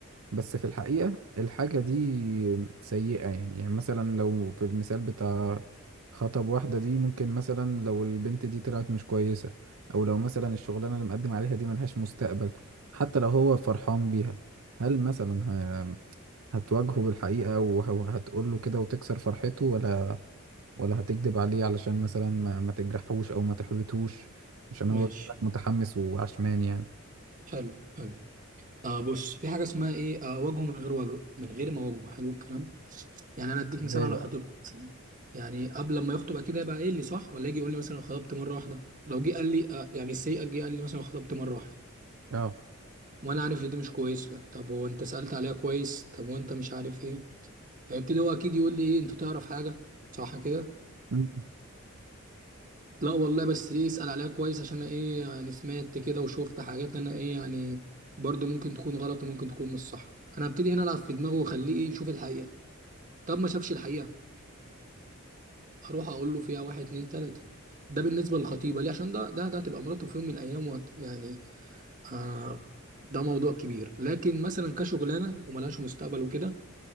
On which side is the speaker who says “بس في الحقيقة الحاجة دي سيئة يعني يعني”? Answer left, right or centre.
Right